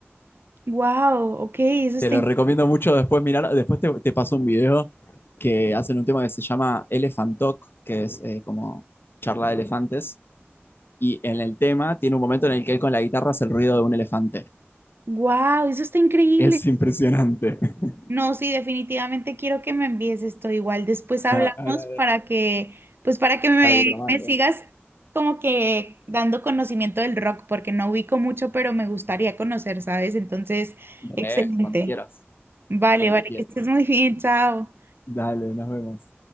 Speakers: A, on the right (about 55°); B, on the left (about 55°).
A: Wow, ok, eso está,
B: Te lo
A: in-
B: recomiendo mucho después mirar, después te, te paso un video que hacen un tema que se llama Elephant Talk, que es eh, como charla de elefantes, y en el tema tiene un momento en el que él con la guitarra hace el ruido de un elefante.
A: wow, eso está increíble.
B: Es impresionante. <laughs>
A: No, sí, definitivamente quiero que me envíes esto. Igual después hablamos
B: Ahora- ahora-
A: para que, pues para que me,
B: Para que te lo mande.
A: me sigas como que dando conocimiento del rock, porque no ubico mucho, pero me gustaría conocer, ¿sabes? Entonces,
B: Re,
A: excelente.
B: cuando quieras,
A: Vale,
B: cuando
A: vale,
B: quieras.
A: que estés muy bien, chao.
B: Dale, nos vemos.